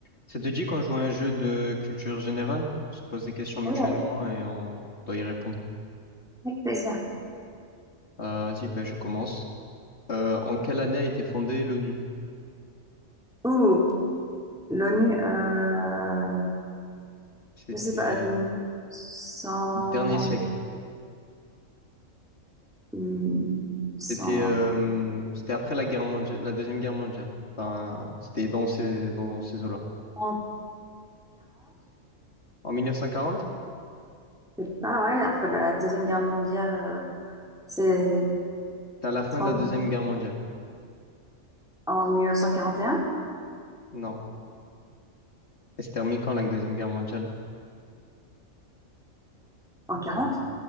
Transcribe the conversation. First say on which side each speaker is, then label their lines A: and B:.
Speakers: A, on the left (about 55°); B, in the centre.
A: Ça te dit qu'on joue à un jeu de culture générale? On se pose des questions mutuellement
B: Oui, avec
A: et on doit y répondre.
B: avec plaisir.
A: Euh, vas-y, ben, je commence. Euh, en quelle année a été fondée l'ONU?
B: Ouh, l'ONU, euh,
A: C'était
B: je sais pas, euh, 100
A: le dernier siècle.
B: hmm, 100,
A: C'était euh, c'était après la guerre mondiale, la Deuxième Guerre mondiale. Enfin, c'était dans ces, dans ces
B: 1940,
A: eaux-là. En 1940?
B: je sais pas, ouais, après bah, la Deuxième Guerre mondiale, euh, c'est
A: C'était à la fin
B: 30
A: de la Deuxième Guerre mondiale.
B: en 1941,
A: Non. Elle s'est terminée quand, la Deuxième Guerre mondiale?
B: en 40,
A: En-